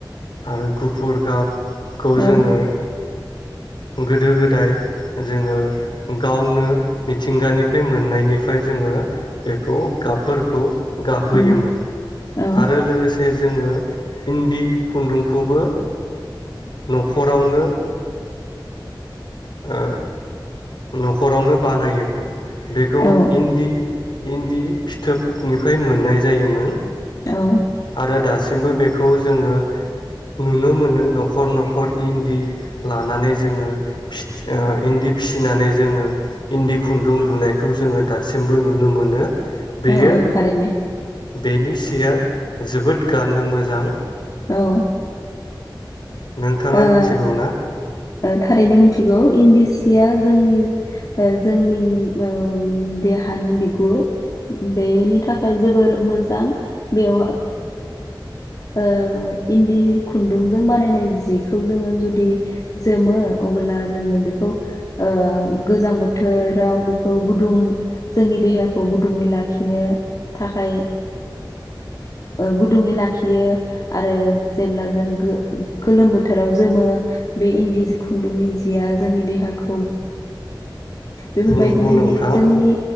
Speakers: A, on the left (about 65°); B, on the left (about 50°).
A: आरो गुफुर गाब खौ जोङो
B: औ
A: गोदो गोदाय जोङो गावनो मिथिंगानिफ्राय मोननायनिफ्राय जोङो बेखौ गाबफोरखौ गाहोयोमोन
B: उम औ
A: आरो लोगोसे जे जोङो इन्दि खुन्दुंखौबो न'खरावनो ओ न'खरावनो बानायोमोन। बेखौ
B: औ
A: इन्दि इन्दि फिथोबनिफ्राय मोननाय जायोमोन।
B: औ
A: आरो दासिम दासिमबो बेखौ जोङो नुनो मोनो न'खर न'खर इन्दि लानानै जोङो फिथि इन्दि फिसिनानै जोङो इन्दि खुन्दुं लुनायखौ जोङो दासिमबो नुनो मोनो। बेयो
B: औ औ थारैनो
A: बेनि सिया जोबोद गाननो मोजां
B: औ
A: नोंथाङा
B: ओ
A: मिथिगौ ना
B: थारैनो ओ मिथिगौ इन्दि सि या जोंनि ओ देहानि बिगुर बेनि थाखाय जोबोर मोजां जो ओ इन्दि खुन्दुं बानाय जिखौ जोङो जुदि जोमो अब्ला जोङो बेखौ ओ गोजां बोथोराव बेखौ गुदुं जोंनि देहाखौ गुदुङै लाखिनो थाखाय ओ गु-गुदुङै लाखियो आरो जेब्ला जों बेखौ गोलोम बोथोराव जोमो बे इन्दि खुन्दुंनि जिया जोंनि देहाखौ बेफोरबायदिनो
A: नंगौ नोंथां
B: बेयो जोंनि